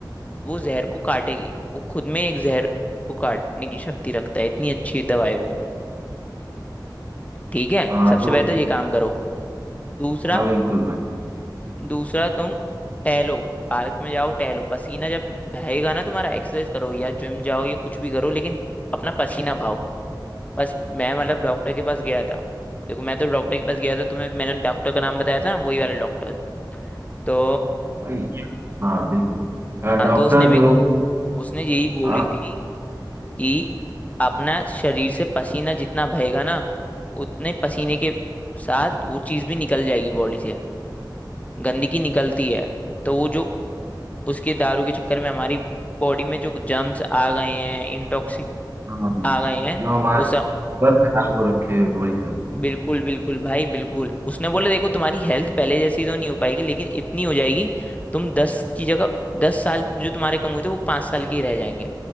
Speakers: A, on the left; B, on the right.
A: वो जहर को काटेगी वो खुद में एक जहर को काटने की शक्ति रखता है इतनी अच्छी दवा है वो ठीक है
B: हाँ
A: सबसे
B: तो
A: पहले तो ये काम करो दूसरा
B: हाँ बिल्कुल भाई
A: दूसरा तुम टहलो पार्क में जाओ टहलो पसीना जब बहेगा ना तुम्हारा एक्सरसाइज करो या जिम जाओ या कुछ भी करो लेकिन अपना पसीना बहाओ बस मैं मतलब डॉक्टर के पास गया था देखो मैं तो डॉक्टर के पास गया था तुम्हें मैंने डॉक्टर का नाम बताया था ना वही वाला डॉक्टर तो
B: भाई हाँ बिल्कुल अ,
A: हाँ
B: डॉक्टर
A: तो उसने मेरे
B: जो
A: को उसने यही बोली
B: आप
A: थी कि अपना शरीर से पसीना जितना बहेगा ना उतने पसीने के साथ वो चीज़ भी निकल जाएगी बॉडी से गंदगी निकलती है तो वो जो उसके दारू के चक्कर में हमारी बॉडी में जो जर्म्स आ गए हैं इंटॉक्सिक
B: हाँ,
A: आ गए हैं
B: जो हमारे
A: वो सब
B: सर खराब हो रखे हैं वही सब
A: बिल्कुल बिल्कुल भाई बिल्कुल उसने बोला देखो तुम्हारी हेल्थ पहले जैसी तो नहीं हो पाएगी लेकिन इतनी हो जाएगी तुम दस की जगह दस साल जो तुम्हारे कम हुए थे वो पाँच साल के ही रह जाएंगे